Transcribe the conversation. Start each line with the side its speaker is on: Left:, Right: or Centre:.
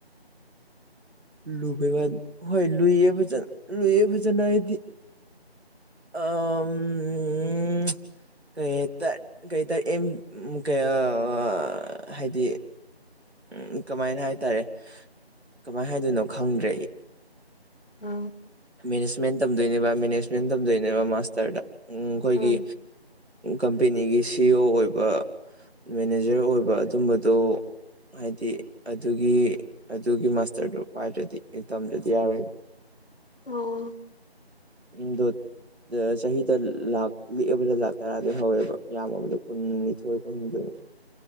Right: ꯂꯨꯕꯩ ꯋꯥ ꯍꯣꯏ ꯂꯨꯏꯌꯦ ꯐꯖꯅ ꯂꯨꯏꯦ ꯐꯖꯅ ꯍꯥꯏꯗꯤ ꯑꯥ ꯎꯝ ꯀꯩꯍꯥꯏ ꯇꯥꯏ ꯀꯩꯇꯥꯏ ꯑꯥꯝ ꯑꯥ ꯍꯥꯏꯗꯤ ꯎꯝ ꯀꯃꯥꯏꯅ ꯍꯥꯏꯇꯥꯔꯦ ꯀꯃꯥꯏꯅ ꯍꯥꯏꯗꯅꯣ ꯈꯪꯗ꯭ꯔꯦ
Left: ꯑ
Right: ꯃꯦꯅꯦꯖꯃꯦꯟ ꯇꯝꯗꯣꯏꯅꯦꯕ ꯃꯦꯅꯦꯖꯃꯦꯟ ꯇꯝꯗꯣꯏꯅꯦꯕ ꯃꯥꯁꯇꯔꯗ ꯑꯩꯈꯣꯏꯒꯤ
Left: ꯎꯝ
Right: ꯀꯝꯄꯦꯅꯤꯒꯤ ꯁꯤ ꯑꯣ ꯑꯣꯏꯕ ꯃꯦꯅꯦꯖꯔ ꯑꯣꯏꯕ ꯑꯗꯨꯝꯕꯗꯨ ꯍꯥꯏꯗꯤ ꯑꯗꯨꯒꯤ ꯑꯗꯨꯒꯤ ꯃꯥꯁꯇꯔꯗꯨꯣ ꯄꯥꯏꯗ꯭ꯔꯗꯤ ꯇꯝꯗ꯭ꯔꯗꯤ ꯌꯥꯔꯣꯏꯕ
Left: ꯑꯣ
Right: ꯎꯝ ꯗ ꯑ ꯆꯍꯤꯗ ꯂꯥꯛ ꯄꯤꯛꯑꯕꯗ ꯂꯥꯛ ꯇꯔꯥꯗꯩ ꯍꯧꯋꯦꯕ ꯌꯥꯝꯃꯕꯗ ꯀꯨꯟꯅꯤꯊꯣꯏ ꯀꯨꯟꯍꯨꯝꯗꯣꯏ